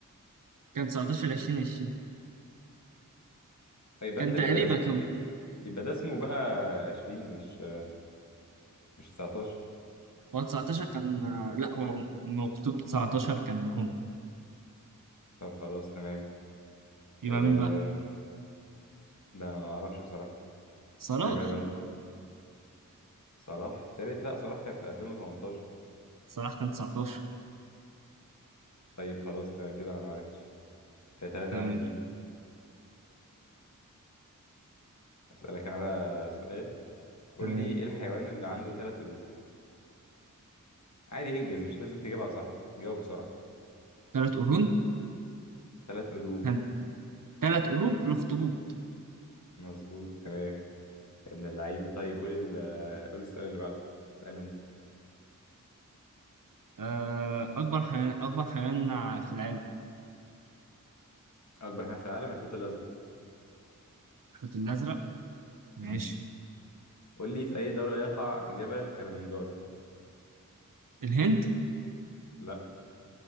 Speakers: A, on the right (about 80°); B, on the left (about 60°).
A: كان 19 2020
B: يبقى
A: كان
B: انت
A: تقريبا
B: يبقى ده اسمه
A: كان
B: يبقى ده اسمه بقى 20 مش مش 19
A: هو 19 كان آه، لا هو مكتوب 19 كان هو
B: طب خلاص تمام
A: يبقى
B: أه...
A: مين بقى؟
B: ده أنا ما اعرفش بصراحة
A: صلاح
B: ما يبقى البند صلاح التالت لا صلاح كان في 2018
A: صلاح كان 19
B: طيب خلاص تمام كده انا ما عرفتش كده 3
A: تمام
B: واحد ليك اسألك انا بقى سؤال قول
A: تمام
B: لي ايه الحيوان اللي عنده ثلاث قلوب عادي انجز مش لازم تجيبها صح جاوب بسرعة
A: ثلاث قرون
B: ثلاث قلوب
A: كان ثلاث قلوب الاخطبوط
B: مظبوط تمام يا ابن اللعيبة طيب قول ال... قول السؤال اللي بعده اسألني انت
A: آه، اكبر حيوان اكبر حيوان في العالم
B: اكبر حيوان في العالم الحوت الازرق
A: الحوت الازرق ماشي
B: امم قول لي في أي دولة يقع جبل كليمنجارو
A: الهند
B: لا